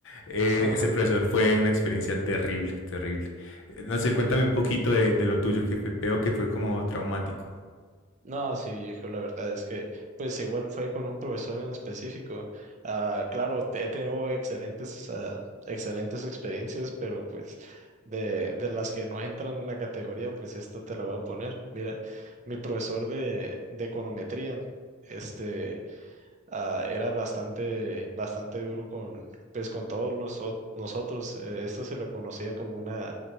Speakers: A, on the left; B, on the right.
A: eh,
B: <laughs>
A: ese profesor fue una experiencia terrible, terrible. Eh, No sé, cuéntame un poquito de, de lo tuyo, que fue- veo que fue como traumático.
B: No, sí, viejo, la verdad es que, pues igual fue con un profesor en específico. Ah, claro, te- he tenido excelentes, ah, excelentes experiencias, pero pues de, de las que no entran en la categoría, pues esta te la voy a poner. Mira, mi profesor de, de econometría, este, ah, era bastante, bastante duro con, pues con todos noso- nosotros. Eh, esto se lo conocía como una